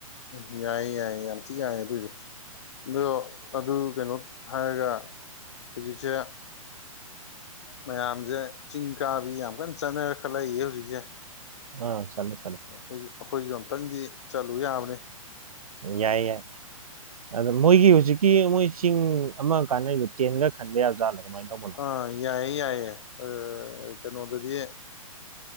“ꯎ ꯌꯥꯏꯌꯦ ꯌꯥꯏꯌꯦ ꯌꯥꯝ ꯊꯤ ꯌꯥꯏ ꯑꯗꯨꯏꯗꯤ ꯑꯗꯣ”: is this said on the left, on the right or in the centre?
Left